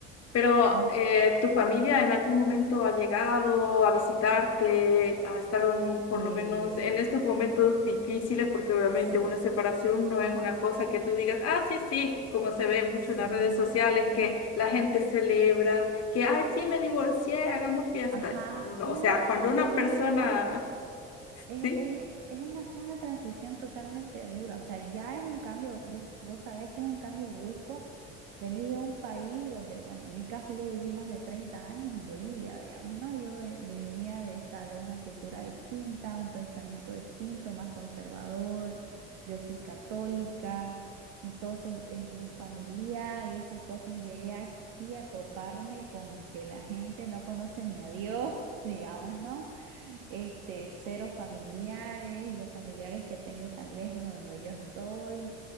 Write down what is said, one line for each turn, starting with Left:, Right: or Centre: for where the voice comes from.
Left: Pero
Right: Han
Left: eh,
Right: s-
Left: ¿tu familia en algún momento ha llegado a visitarte, a estar un- por
Right: eh,
Left: lo menos en estos momentos difíciles? Porque obviamente
Right: sí,
Left: una separación no es una cosa que tú digas, ah, sí, sí, como se ve
Right: sí,
Left: mucho en las redes sociales,
Right: eh,
Left: que la gente celebra, que, ay, sí, me divorcié, hagamos fiesta.
Right: ajá,
Left: No,
Right: no,
Left: o sea, cuando una
Right: lo mío
Left: persona,
Right: fue, es,
Left: sí,
Right: es- es una, fue una transición totalmente dura, o sea, ya es un cambio, vos, vos sabés que es un cambio brusco Venís de un país donde, bueno, en mi caso yo viví más de 30 años en Bolivia, digamos, ¿no? Yo ve- venía de esta, de una cultura distinta, un pensamiento distinto, más conservador. Yo soy católica, entonces es bien familiar y esas cosas. Llegué aquí a toparme con que la gente no conoce ni a Dios, <laughs> digamos, ¿no? Este, cero familiares y los familiares que tengo están lejos de donde yo estoy.